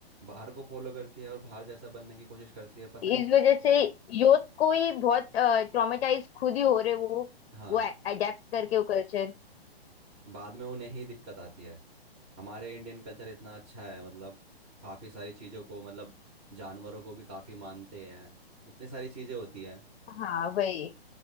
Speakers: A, on the right; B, on the left.
A: बाहर को फॉलो करती है और बाहर जैसा बनने की कोशिश करती है पता
B: इस
A: नहीं
B: वजह से यूथ को ही बहुत ट्रॉमेटाइज खुद ही हो रहे वो
A: हाँ
B: वो अडेप्ट करके वो कल्चर
A: बाद में उन्हें ही दिक्कत आती है हमारे इंडियन कल्चर इतना अच्छा है मतलब काफ़ी सारी चीज़ों को मतलब जानवरों को भी काफ़ी मानते हैं इतनी सारी चीज़ें होती हैं
B: हाँ वही